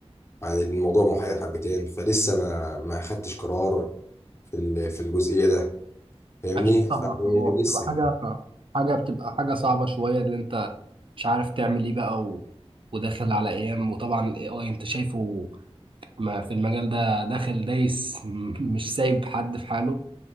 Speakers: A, on the left (about 25°); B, on the right (about 50°).
A: يعني الموضوع محير حبتين فلسه ما ما اخدتش قرار في ال- في الجزئيه ده فاهمني
B: أكيد طبعا
A: فيعني
B: هو بتبقى
A: لسه
B: حاجة حاجة بتبقى حاجة صعبة شوية اللي أنت مش عارف تعمل إيه بقى و... وداخل على أيام وطبعا ال AI أنت شايفه ما في المجال ده داخل دايس <laughs> مش سايب حد في حاله